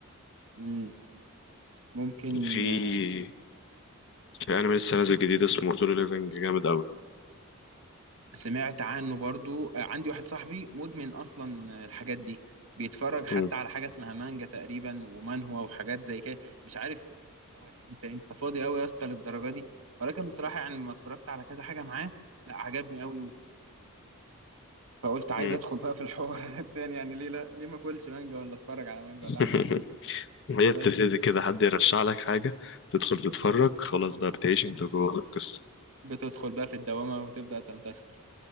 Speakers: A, on the right (about 80°); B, on the left (about 55°).
A: مم. ممكن
B: في
A: آه،
B: في أنمي لسه نازل جديد اسمه سولو ليفينج جامد أوي
A: سمعت عنه برضو آه، عندي واحد صاحبي مدمن أصلا آه، الحاجات دي بيتفرج حتى
B: مم.
A: على حاجة اسمها مانجا تقريبا ومان هو وحاجات زي كده مش عارف اللي هو انت انت فاضي قوي يا اسطى للدرجة دي ولكن بصراحة يعني لما اتفرجت على كذا حاجة معاه لا عجبني قوي فقلت عايز
B: مم.
A: ادخل بقى في الحوار <laughs> التاني يعني ليه لا ليه ما اكلش مانجا ولا اتفرج على مانجا
B: <laughs>
A: ولا اعمل اي حاجه
B: هي
A: بس
B: بتبتدي كده حد يرشح لك حاجة تدخل تتفرج خلاص بقى بتعيش انت جوه القصة
A: بتدخل بقى في الدوامه وتبدا تنتشر